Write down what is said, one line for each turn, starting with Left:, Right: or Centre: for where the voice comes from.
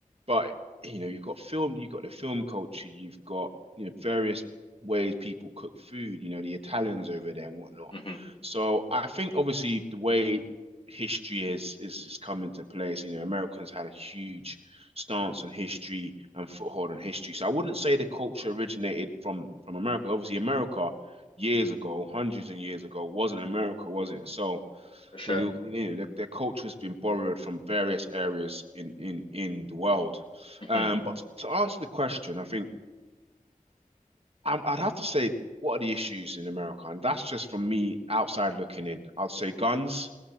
Right: but you know, you've got film, you've got the film culture, you've got you know various ways people cook food. You know, the Italians over there and whatnot.
Left: hmm
Right: So I think obviously the way history is is is coming to place. You know, Americans had a huge stance on history and foothold on history. So I wouldn't say the culture originated from from America. Obviously, America years ago, hundreds and years ago, wasn't America, was it? So
Left: For sure.
Right: they, you know, their, their culture has been borrowed from various areas in in in the world.
Left: hmm
Right: Um, but to answer the question, I think I, I'd have to say, what are the issues in America? And that's just from me outside looking in. I'd say guns